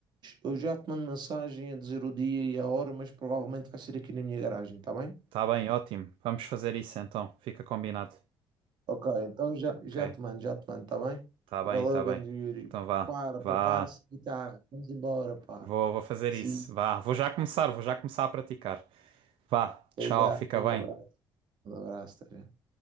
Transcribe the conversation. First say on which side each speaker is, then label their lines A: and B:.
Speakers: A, on the right; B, on the right.
A: Eu já te mando mensagem a dizer o dia e a hora, mas provavelmente vai ser aqui na minha garagem, tá bem?
B: Tá bem, ótimo. Vamos fazer isso então. Fica combinado.
A: Ok, então já, já
B: Ok.
A: te mando, já te mando, tá bem?
B: Tá
A: Valeu,
B: bem, tá
A: grande
B: bem.
A: Yuri.
B: Então vá,
A: Para, prepara-se
B: vá.
A: a guitarra. Vamos embora, pá.
B: Vou, vou fazer
A: Sim,
B: isso. Vá. Vou já começar, vou já começar a praticar. Vá.
A: até
B: Tchau,
A: já.
B: fica
A: Um
B: bem.
A: abraço, um abraço, até já.